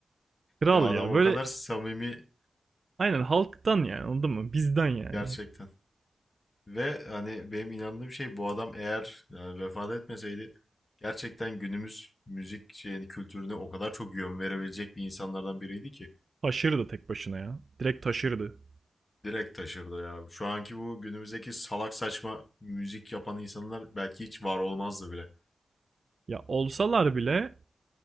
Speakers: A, on the right; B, on the left.
A: Kral
B: ya adam
A: ya
B: o
A: böyle
B: kadar samimi,
A: aynen halktan yani anladın mı bizden yani.
B: Gerçekten. Ve hani benim inandığım şey bu adam eğer yani vefat etmeseydi gerçekten günümüz müzik şeyini yani, kültürüne o kadar çok yön verebilecek bir insanlardan biriydi ki
A: Taşırdı tek başına ya direkt taşırdı.
B: direkt taşırdı ya. Şu anki bu günümüzdeki salak saçma müzik yapan insanlar belki hiç var olmazdı bile.
A: Ya olsalar bile